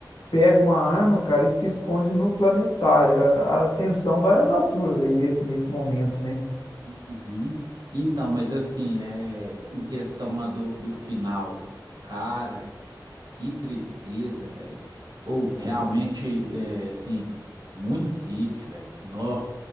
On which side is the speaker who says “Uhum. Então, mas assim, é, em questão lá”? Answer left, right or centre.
Right